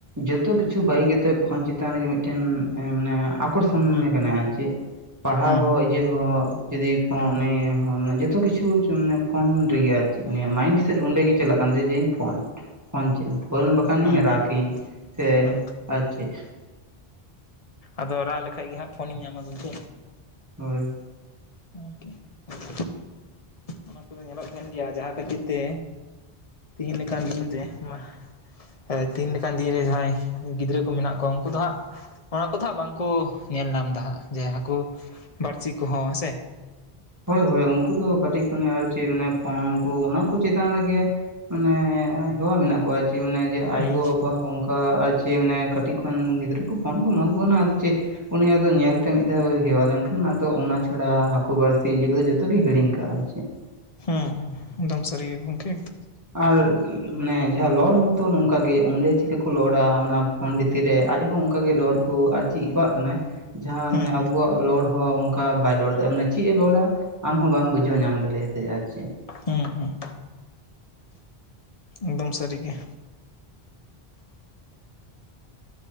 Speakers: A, on the right (about 15°); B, on the left (about 40°).
A: ᱡᱚᱛᱚ ᱠᱤᱪᱷᱩ ᱵᱟᱹᱜᱤ ᱠᱟᱛᱮᱜ ᱯᱷᱳᱱ ᱪᱮᱛᱟᱱ ᱨᱮᱜᱮ ᱢᱤᱫᱴᱮᱱ ᱮᱸ ᱢᱟᱱᱮ ᱟᱠᱚᱨᱥᱚᱱ ᱮᱢ
B: ᱦᱩᱸ
A: ᱮᱢᱟᱭ ᱠᱟᱱᱟ ᱟᱨ ᱪᱮᱫ᱾ ᱯᱟᱲᱦᱟᱣ
B: ᱦᱩᱸ
A: ᱦᱚᱸ ᱡᱮᱦᱚᱸ ᱡᱩᱫᱤᱣ ᱯᱷᱳ
B: ᱦᱩᱸ
A: ᱩᱱᱤ ᱦᱚᱸ ᱢᱟᱱᱮ ᱡᱚᱛᱚ ᱠᱤᱪᱷᱩ ᱢᱟᱱᱮ ᱯᱷᱳᱱ ᱨᱮᱜᱮ ᱟᱨ ᱪᱮᱫ ᱩᱱᱤᱭᱟᱜ ᱢᱟᱭᱤᱱᱰᱥᱴ ᱚᱸᱰᱮ ᱜᱮ ᱪᱟᱞᱟᱜ ᱠᱟᱱ ᱛᱟᱭᱟ ᱡᱮ ᱤᱧ ᱯᱷᱳᱱ ᱯᱷᱳᱱ ᱪᱟᱹᱭ᱾ ᱯᱷᱳᱱ ᱵᱟᱠᱷᱟᱱᱤᱧ
B: ᱦᱩᱸ ᱦᱩᱸ
A: ᱨᱟᱜᱤᱧ ᱥᱮ
B: ᱦᱩᱸ
A: ᱟᱨ ᱪᱮᱫ᱾
B: ᱟᱫᱚ ᱨᱟᱜ ᱞᱮᱠᱷᱟᱡ ᱜᱮ ᱦᱟᱸᱜ ᱯᱷᱳᱱᱤᱧ ᱧᱟᱢᱟ ᱜᱚᱝᱠᱮ᱾
A: ᱦᱳᱭ᱾
B: <unintelligible> ᱚᱱᱟ ᱠᱚᱫᱚ ᱧᱮᱞᱚᱜ ᱠᱟᱱ ᱜᱮᱭᱟ᱾ ᱡᱟᱦᱟᱸ ᱠᱷᱟᱹᱛᱤᱨ ᱛᱮ ᱛᱮᱤᱦᱤᱧ ᱞᱮᱠᱟᱱ ᱫᱤᱱ ᱨᱮ ᱢᱟᱦ ᱮ ᱛᱤᱦᱤᱧ ᱞᱮᱠᱟᱱ ᱫᱤᱱ ᱨᱮ ᱡᱟᱦᱟᱸᱭ ᱜᱤᱫᱽᱨᱟᱹ ᱠᱚ ᱢᱮᱱᱟᱜ ᱠᱚᱣᱟ ᱩᱱᱠᱩ ᱫᱚ ᱦᱟᱸᱜ ᱚᱱᱟ ᱠᱚᱫᱚ ᱦᱟᱸᱜ ᱵᱟᱝᱠᱚ ᱧᱮᱞ ᱧᱟᱢ ᱫᱟ ᱦᱟᱸᱜ ᱡᱮ ᱦᱟᱹᱠᱩ ᱵᱟᱹᱲᱥᱤ ᱠᱚᱦᱚᱸ ᱦᱮᱸᱥᱮ᱾
A: ᱦᱳᱭ ᱦᱳᱭ ᱩᱱᱠᱩ ᱫᱚ ᱠᱟᱹᱴᱤᱡ ᱠᱷᱚᱱᱮ ᱟᱨ ᱪᱮᱫ ᱯᱷᱳᱱ ᱠᱚ ᱚᱱᱟ ᱠᱚ ᱪᱮᱛᱟᱱ ᱨᱮᱜᱮ ᱢᱟᱱᱮ ᱦᱮᱣᱟ ᱢᱮᱱᱟᱜ ᱠᱚᱣᱟ ᱪᱮᱫ ᱢᱟᱱᱮ ᱡᱮ ᱟᱡ
B: ᱦᱩᱸ
A: ᱜᱚ-ᱵᱟᱵᱟ ᱦᱚᱸ ᱚᱱᱠᱟ ᱟᱨ ᱪᱮᱫ ᱢᱟᱱᱮ ᱠᱟᱹᱴᱤᱡ ᱠᱷᱚᱱ ᱜᱤᱫᱽᱨᱟᱹ ᱠᱚ ᱯᱷᱳᱱ ᱠᱚ ᱮᱢᱟ ᱠᱚ ᱠᱟᱱᱟ ᱟᱫᱚ ᱪᱮᱫ ᱩᱱᱤ ᱟᱫᱚ ᱧᱮᱞᱛᱮ ᱢᱤᱫ ᱫᱷᱟᱣ ᱦᱮᱣᱟ ᱞᱮᱱᱠᱷᱟᱱ ᱟᱫᱚ ᱚᱱᱟ ᱪᱷᱟᱲᱟ ᱦᱟᱹᱠᱩ ᱵᱟᱲᱥᱤ ᱛᱤ ᱤᱭᱟᱹ ᱠᱚᱫᱚ ᱡᱚᱛᱚ ᱜᱮ ᱦᱤᱲᱤᱧᱠᱟᱜᱼᱟᱭ ᱟᱨ ᱪᱮᱫ᱾
B: ᱦᱩᱸ ᱦᱩᱸ᱾ ᱮᱠᱫᱚᱢ ᱥᱟᱹᱨᱤ ᱜᱮ ᱜᱚᱢᱠᱮ᱾
A: ᱟᱨ ᱢᱟᱱᱮ ᱡᱟᱦᱟᱸ ᱞᱚᱲ ᱦᱚᱛᱚ ᱱᱚᱝᱠᱟᱜᱮ, ᱚᱸᱰᱮ ᱪᱤᱠᱟ ᱠᱚ ᱞᱚᱲᱟ ᱚᱱᱟ ᱯᱷᱳᱱ ᱵᱷᱤᱛᱤᱨ ᱨᱮ ᱟᱡ ᱦᱚᱸ ᱚᱱᱠᱟᱜᱮ ᱞᱚᱲ ᱠᱚ ᱟᱡ ᱪᱤᱫ ᱦᱮᱣᱟᱜ ᱠᱚᱱᱟᱭ ᱡᱟᱦᱟᱸ
B: ᱦᱩᱸ
A: ᱢᱟᱱᱮ
B: ᱦᱩᱸ
A: ᱟᱵᱚᱣᱟᱜ ᱞᱚᱲ ᱦᱚ ᱚᱱᱠᱟ ᱵᱟᱭ ᱨᱚᱲ ᱫᱟ ᱢᱟᱱᱮ ᱪᱮᱫ ᱮ ᱞᱚᱲᱟ ᱟᱢᱦᱚᱸ ᱵᱟᱢ ᱵᱩᱡᱷᱟᱹᱣ ᱧᱟᱢ ᱫᱟᱲᱮᱭᱟᱛᱟᱭᱟ ᱟᱨ ᱪᱮᱫ᱾
B: ᱦᱮᱸ ᱦᱮᱸ᱾ ᱮᱠᱫᱚᱢ ᱥᱟᱹᱨᱤ ᱜᱮ᱾